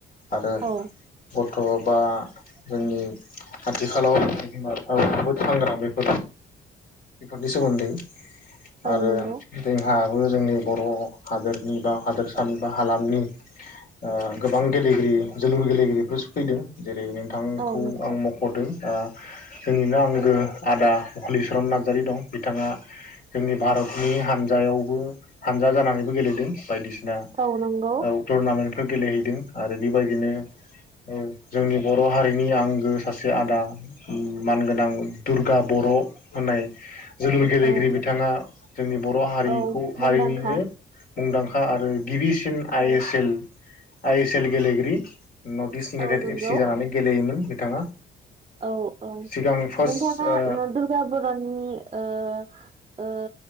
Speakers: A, on the left; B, on the right.
A: आरो
B: औ
A: ब थ'बा जोंनि आथिखालाव बिमा बिफाव बुहुद सांग्रां बेफोर बेफोरनिसोमोन्दै
B: औ
A: आरो
B: नंगौ
A: जोंहा बो जोंनि बर हादोरनि बा हादोरसानि बा हालामनि ओ गोबां गेलेगिरि जोलुर गेलेगिरिफोर सफैदों जेरै नोंथांखौ
B: औ नंगौ
A: आं मखदों ओ जोंनिनो आंगो आदा हलिचरन नार नारजारी दं बिथाङा जोंनि भारतनि हानजायावबो हानजा जानानैबो गेलेदों बायदिसिना
B: औ नंगौ
A: औ टुरनामेन्ट बो गेलेहैदों आरो बेबायदिनो औ जोंनि बर हारि नि आंगो सासे आदा मानगोनां दुर्गा बर होननाय जोलुर गेलेगिरि
B: औ
A: बिथाङा जोंनि बर' हारिखौ
B: औ मुंदांखा
A: हारिनिनो मुंदांखा आरो गिबिसिन I
B: औ
A: S L I S L गेलेगिरि नर्थ इस्ट इउनाइटेड
B: औ नंगौ
A: एफ सि जानानै गेलेयोमोन। बिथाङा
B: औ औ
A: सिगां फार्स्ट
B: नोंथाङा
A: ओ
B: दुर्गा बरनि ओ ओ